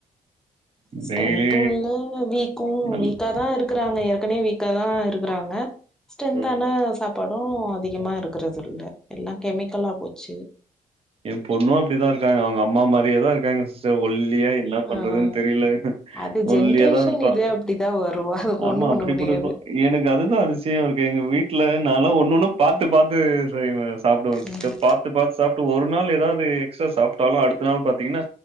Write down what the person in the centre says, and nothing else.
ஸ்ட்ரென்த்து
இல்ல வீக்கு
வீக்கா தா இருக்கறாங்க ஏற்கனே வீக்காதா இருக்கறாங்க ஸ்ட்ரென்த்தான
சாப்பா டு அதிகமா இருக்கறதில்ல எல்லா கெமிக்கலா போச்சு
ஆ
அது ஜென்ரேஷன்
இது அப்டிதா வரு அதுக்கு
ஒண்ணு பண்ண
முடியாது
ம்